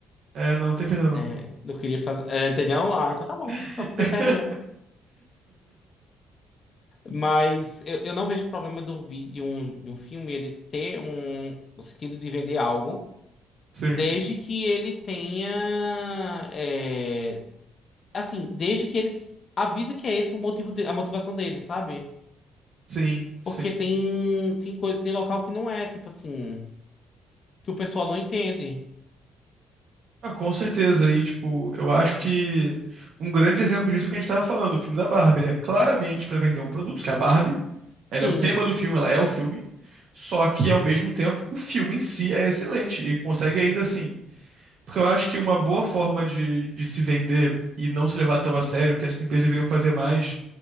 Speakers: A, on the right; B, on the left.
A: É, não, não tem perdão, não.
B: É, eu queria fazer. É, tem não? Ah, então tá bom.
A: <laughs>
B: Não tem perda, não. Mas eu, eu não vejo problema de um, vi, de um, de um filme ele ter um, o sentido de vender algo,
A: Sim,
B: desde que ele tenha. é, assim, desde que ele s- avisa que é esse o motivo de, a motivação dele, sabe?
A: sim, sim.
B: Porque tem, tem coisa, tem local que não é, tipo assim, que o pessoal não entende.
A: Ah, com certeza. E, tipo, eu acho que um grande exemplo disso é o que a gente tava falando, o filme da Barbie. Ele é claramente pra vender um produto, que é a Barbie.
B: Sim.
A: Ela é o tema do filme, ela é o filme. Só que, ao mesmo tempo, o filme em si é excelente e consegue ainda assim. Porque eu acho que uma boa forma de, de se vender e não se levar tão a sério, que essas empresas deveriam fazer mais,